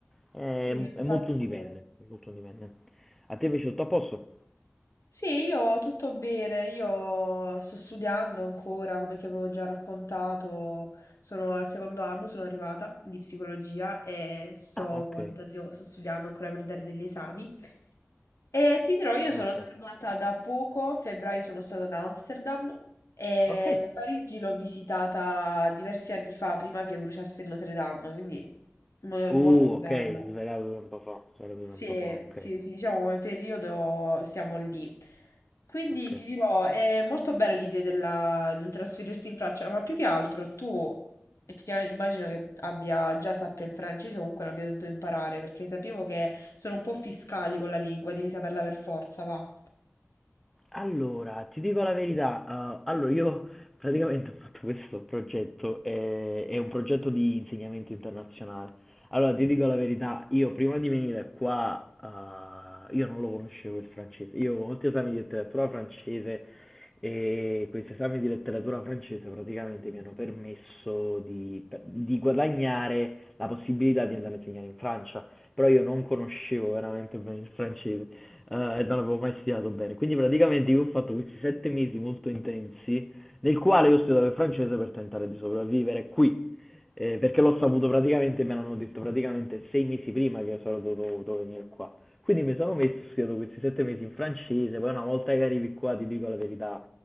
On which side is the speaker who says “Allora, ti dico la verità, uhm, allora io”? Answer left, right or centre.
Centre